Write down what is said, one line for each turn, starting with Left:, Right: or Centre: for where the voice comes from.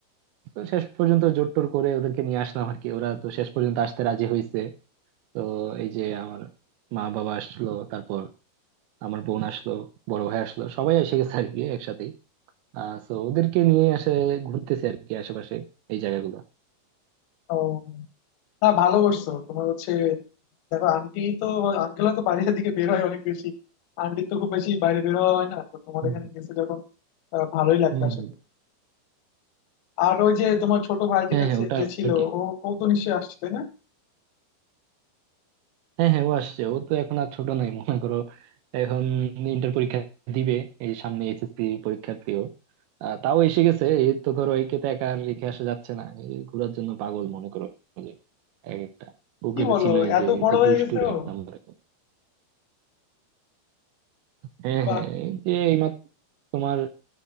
Right: তো শেষ পর্যন্ত জোর টোর করে ওদেরকে নিয়ে আসলাম আর কি ওরা তো শেষ পর্যন্ত আসতে রাজি হয়েছে তো এই যে আমার মা বাবা আসলো তারপর আমার বোন আসলো বড় ভাই আসলো সবাই এসে গেছে আর কি একসাথে আহ তো ওদেরকে নিয়ে এসে ঘুরতেছে আর কি আশেপাশে এই জায়গাগুলো
Left: ও না ভালো করছো তোমার হচ্ছে দেখো আন্টি তো আঙ্কেল তো বাইরের দিকে বের হয় অনেক বেশি আন্টি তো খুব বেশি বাইরে বের হওয়া হয় না তো তোমার
Right: হুম
Left: এখানে গেছে যখন আহ, ভালোই লাগবে
Right: হুম হুম
Left: আশা
Right: হুম।
Left: করি আর ওই যে তোমার ছোট ভাই
Right: হ্যাঁ
Left: যেটা
Right: হ্যাঁ
Left: যে
Right: ওটা
Left: যে ছিল
Right: আর কি
Left: ও ও তো নিশ্চয়ই আসছে তাই না
Right: হ্যাঁ হ্যাঁ ও আসছে ও তো এখন আর ছোট নাই মনে করো এখন ইন্টার পরীক্ষা দিবে এই সামনে এইচএসসি পরীক্ষার্থীও আহ, তাও এসে গেছে এই তো ধরো একে তো একা আর রেখে আসা যাচ্ছে না এই ঘোরার জন্য পাগল মনে করো যে এক একটা ওকে
Left: কি
Right: তো
Left: বলো
Right: চিনোই
Left: এত
Right: যে
Left: বড়
Right: যে
Left: হয়ে
Right: দুষ্টুর
Left: গেছে ও
Right: এক নম্বর হ্যাঁ
Left: বাহ
Right: হ্যাঁ এই যে এইমাত্র তোমার